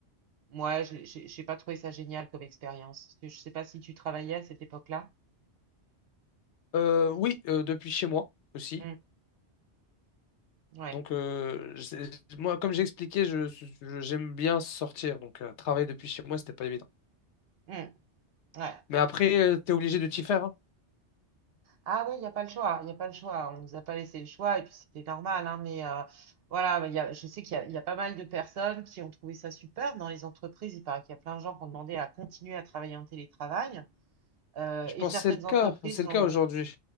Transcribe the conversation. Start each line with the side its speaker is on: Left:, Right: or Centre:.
Right: Moi, j'ai j'ai- j'ai pas trouvé ça génial comme expérience. Je sais pas si tu travaillais à cette époque-là.
Left: Euh, oui, euh, depuis chez moi aussi.
Right: Mm, ouais.
Left: Donc, euh, j'ai- moi, comme j'ai expliqué, je, je- j'aime bien sortir. Donc, euh, travailler depuis chez moi, c'était pas évident.
Right: mm, ouais.
Left: Mais après, tu es obligé de t'y faire. hein.
Right: Ah oui, il n'y a pas le choix, il n'y a pas le choix. On nous a pas laissé le choix et puis c'était normal, hein, mais euh, voilà, mais il y a- je sais qu'il y a, il y a pas mal de personnes qui ont trouvé ça super dans les entreprises. Il paraît qu'il y a plein de gens qui ont demandé à continuer à travailler en télétravail euh,
Left: Je
Right: et
Left: pense
Right: certaines
Left: que c'est le cas.
Right: entreprises
Left: C'est
Right: n'ont...
Left: le cas aujourd'hui.